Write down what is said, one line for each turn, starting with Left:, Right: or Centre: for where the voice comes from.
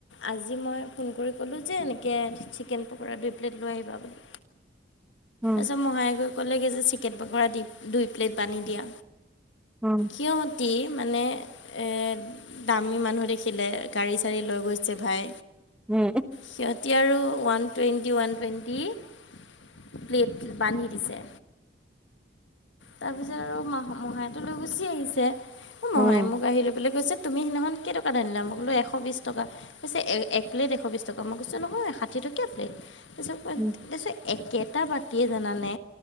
Left: আজি মই ফোন কৰি ক'লো যে এনেকে চিকে চিকেন পকৰা দুই প্লেট লৈ আহিবা বুলি।
Centre: উম।
Left: তাৰপিছত মহাই গৈ ক'লেগে যে চিকেন পকৰা দি দুই প্লেট বান্ধি দিয়া।
Centre: অ।
Left: সিহঁতি মানে এ দামী মানুহ দেখিলে গাড়ী-চাড়ী লৈ গৈছে ভাই
Centre: উম।
Left: সিহঁতি আৰু one twenty, one twenty plate বান্ধি দিছে। তাৰ পিছত আৰু মহ মহাইটো লৈ গুচি আহিছে এ মহাই
Centre: উম উম
Left: মোক আহি লৈ পেলাই কৈছে তুমি সেইদিনাখন কেইটকাত আনিলা? মই ক'লো এশ বিশছ টকাত। কৈছে এক প্লেট এশ বিশ টকা মই কৈছো নহয় ষাঠী টকীয়া প্লেট। <unintelligible>
Centre: উম
Left: একেটা বাতিয়ে জানানে।